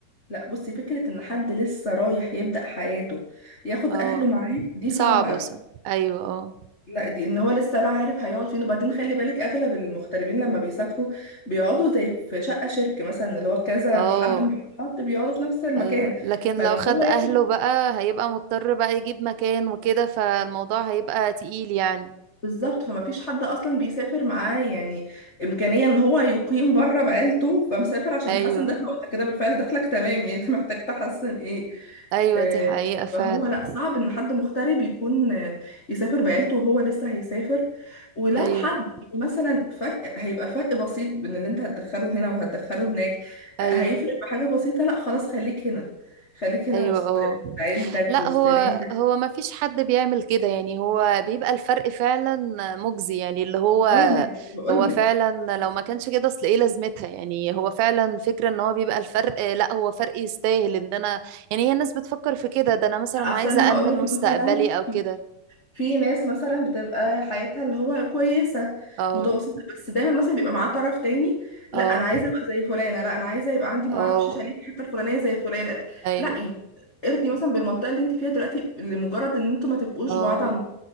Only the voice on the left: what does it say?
لا بصي فكره ان حد لسه رايح يبدأ حياته ياخد
اهله معاه دي
صعبه
لا دي ان هو لسه لا عارف هيقعد فين وبعدين خلي بالك اغلب المغتربين لما بيسافروا بيقعدوا زي في شقة شركة مثلا اللي هو كذا
حد مع حد بيقعدوا في نفس المكان
فان
هو ياخد
بالظبط فما فيش حد اصلا بيسافر معاه يعني امكانيه ان هو يقيم بره بعيلته فمسافر عشان
يحسن دخله وانت كده بالفعل دخلك تمام يعني انت <laughs> محتاج تحسن ايه
آه،
فهو لا صعب ان حد مغترب يكون آه، يسافر بعيلته وهو لسه هيسافر ولو
حد يعني مثلا فرق هيبقى الفرق بسيط بين اللي انت هتدخله هنا وهتدخله هناك
آه، هيفرق بحاجه بسيطه لا خلاص خليك هنا خليك هنا
وسط
وسط عيلتك
وسط
ناسك
اه بقول
لك
اصل
انا
هقولك
مثلا
في في ناس مثلا بتبقى حياتها اللي هو كويسه
متوسطه بس دايما مثلا بيبقى معاه طرف تاني لا
انا عايزه ابقى زي فلانه لا انا عايزه يبقى عندي معرفش
شاليه في الحته الفلانيه زي فلانه
لا يعني ارضي مثلا بالمنطقه اللي انت فيها دلوقتي لمجرد ان انتوا ما تبقوش
بعاد عن